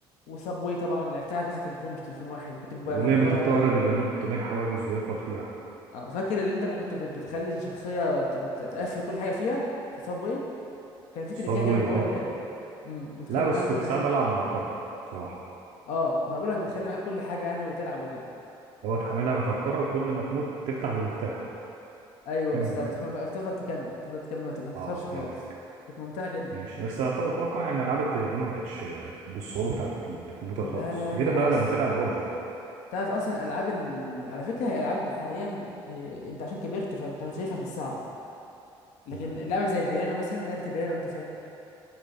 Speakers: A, on the left (about 75°); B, on the right (about 70°).
A: وسابوي طبعا لعبتها على كذا تليفون مش تليفون واحد وكنت بهكرها
B: ولعبه الطائره
A: كمان
B: اللي بينط بين حواجز ويخبط فيها
A: اه فاكر اللي انت ما كنت بت- بتخلي الشخصيه ت- بت- تقفل كل حاجه فيها في صاب واي كان في تريكايه
B: صابواي
A: كده من جوه
B: اه
A: اللعبه امم وتخلي
B: لا بس
A: معاك
B: كنت
A: كل
B: ساعات
A: حاجه
B: بلعب مع الكره بصراحه
A: اه ما انا بقول لك بتخلي معاك كل حاجه يعني وتلعب وكده
B: لو هتحملها متهكرة وكل ما تموت تفتح بمفتاح
A: ايوه
B: تكمل
A: بالظبط
B: اللعب
A: فما تفضل تكمل تفضل تكمل ما ت- ما تخسرش
B: اه
A: خالص
B: فهمتك
A: كانت ممتعه جدا
B: ماشي بس أت- اتوقع يعني العاب التليفون ما كانتش آه، بالصعوبة بتاعت الكمبيوتر
A: لا
B: خالص
A: لا لا
B: غير
A: بالعكس
B: بقى لما تلعب بابجي
A: تعرف اصلا العاب ال... على فكره هي العاب دي حاليا إيه... انت عشان كبرت فانت ما شايفها مش صعبه لكن
B: تمام
A: لعبه زي البيانو مثلا لعبه البيانو انت فاكر